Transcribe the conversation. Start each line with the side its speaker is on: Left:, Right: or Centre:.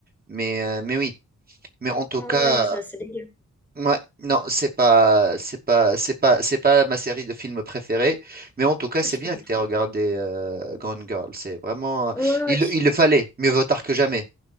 Right: mais, euh, mais oui. Mais en tout
Centre: ouais,
Right: cas,
Centre: ouais, non, ça, c'est dégueu.
Right: ouais, non, c'est pas, c'est pas, c'est pas, c'est pas ma série de films préférée. Mais en tout cas, c'est
Centre: Je
Right: bien
Centre: peux comprendre.
Right: que tu aies regardé euh, Gone Girl. C'est vraiment, euh,
Centre: Ouais, ouais,
Right: il, il le fallait. Mieux vaut tard que jamais.